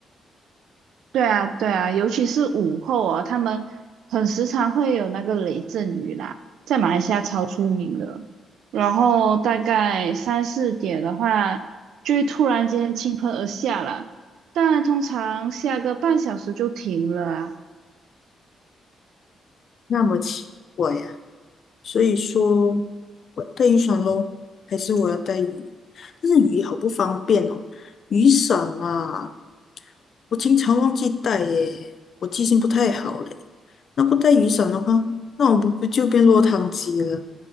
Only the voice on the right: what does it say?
对啊，对啊，尤其是午后啊，他们很时常会有那个雷阵雨啦，在马来西亚超出名的。然后大概三四点的话，就会突然间倾盆而下了，但通常下个半小时就停了啊。